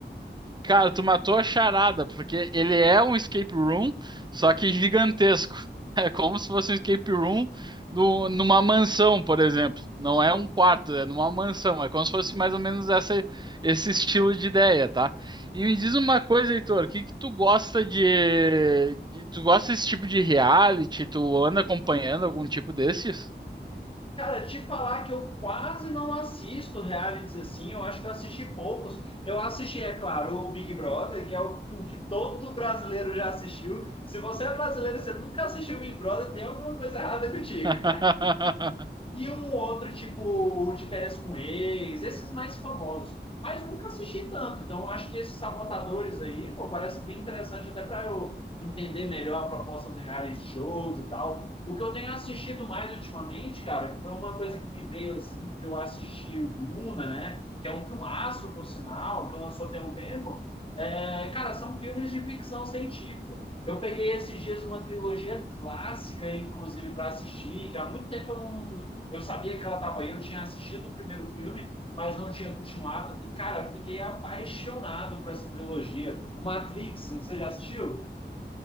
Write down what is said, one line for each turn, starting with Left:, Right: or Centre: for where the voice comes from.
Right: Cara, tu matou a charada, porque ele é um escape room, só que gigantesco. <laughs> É como se fosse um escape room do- numa mansão, por exemplo. Não é um quarto, é numa mansão. É como se fosse mais ou menos essa, esse estilo de ideia, tá? E me diz uma coisa, Heitor, o que que tu gosta de, de- Tu gosta desse tipo de reality? Tu anda acompanhando algum tipo desses?
Left: Cara, te falar que eu quase não assisto realities assim, eu acho que eu assisti poucos. Eu assisti, é claro, o Big Brother, que é o, o que todo brasileiro já assistiu. Se você é brasileiro e você nunca assistiu o Big Brother, tem alguma coisa errada contigo.
Right: <laughs>
Left: E um outro, tipo, o de férias com ex, esses mais famosos. Mas nunca assisti tanto. Então, eu acho que esses sabotadores aí, pô, parece bem interessante até para eu entender melhor a proposta dos reality shows e tal. O que eu tenho assistido mais ultimamente, cara, que foi uma coisa que me veio assim, que eu assisti o Duna, né? Que é um filmaço, por sinal, que lançou tem um tempo. É, cara, são filmes de ficção científica. Eu peguei esses dias uma trilogia clássica, inclusive, para assistir, que há muito tempo eu não, eu sabia que ela estava aí, eu tinha assistido o primeiro filme, mas não tinha continuado. E, cara, fiquei apaixonado por essa trilogia. O Matrix, você já assistiu?